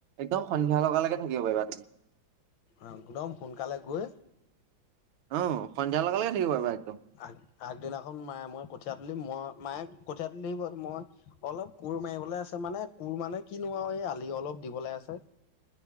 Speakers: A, on the right; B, on the left.
A: একদম সন্ধিয়া লগালকে থাকিব পাৰিবা তুমি।
B: অ' একদম সোনকালে গৈ।
A: অ সন্ধিয়া লগালেকে থাকিব পাৰিবা একদম।
B: আগ আগদিনাখন মায়ে মই কঠিয় তলি মই মায়ে কঠিয় তলিব মই। অলপ কোৰ মাৰিবলৈ আছে মানে কোৰ মানে কিনো আৰু এই আলি অলপ দিবলৈ আছে।